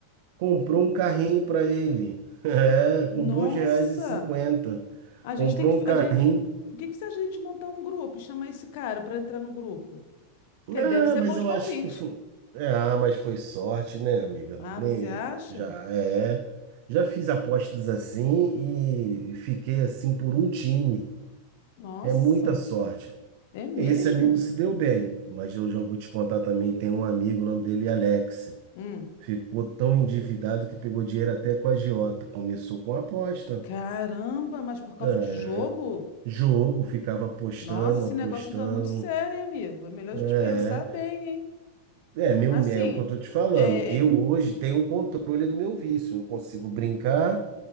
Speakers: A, on the right; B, on the left.
A: Comprou um carrinho para ele, <laughs> é,
B: Nossa!
A: com dois reais e cinquenta.
B: A
A: Comprou
B: gente tem que.
A: um
B: A
A: carrinho.
B: gente... O que que você acha de a gente montar um grupo e chamar esse cara para entrar no grupo?
A: Ah,
B: Que ele deve ser
A: mas
B: bom
A: eu
B: de palpite.
A: acho que foi. É, ah, mas foi sorte, né, amiga?
B: Ah,
A: Nem...
B: você acha?
A: Já é. Já fiz apostas assim e fiquei assim por um time.
B: Nossa,
A: É muita sorte.
B: é mesmo?
A: Esse amigo se deu bem, mas eu já vou te contar também. Tem um amigo, o nome dele é Alex.
B: Hum.
A: Ficou tão endividado que pegou dinheiro até com a agiota. Começou com aposta.
B: Caramba, mas por causa
A: É.
B: de jogo?
A: Jogo, ficava apostando,
B: Nossa, esse
A: apostando.
B: negócio então é muito sério, hein, amigo. É melhor
A: é
B: a gente pensar bem, hein?
A: É, meu,
B: Assim,
A: é o que eu tô te falando.
B: é,
A: Eu
B: é,
A: hoje tenho um controle do meu vício. Eu consigo brincar